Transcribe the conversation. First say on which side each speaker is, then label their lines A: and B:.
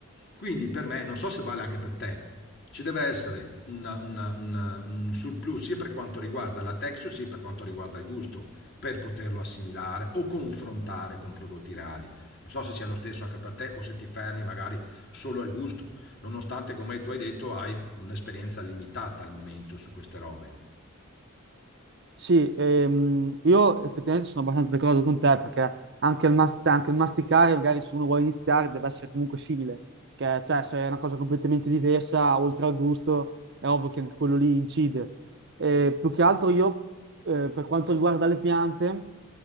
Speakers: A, on the left; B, on the right.
A: Quindi per me, non so se vale anche per te, ci deve essere una- una- una- un surplus sia per quanto riguarda la texture sia per quanto riguarda il gusto, per poterlo assimilare o confrontare con prodotti reali. Non so se sia lo stesso anche per te o se ti fermi magari solo al gusto nonostante, come tu hai detto, hai un'esperienza limitata al momento su queste robe.
B: Sì, ehm, io effettivamente sono abbastanza d'accordo con te perché anche il, mas- cioè, anche il masticare, magari se uno vuole iniziare, deve essere comunque simile, che cioè, se è una cosa completamente diversa, oltre al gusto, è ovvio che anche quello lì incide. Eh, più che altro io, eh, per quanto riguarda le piante,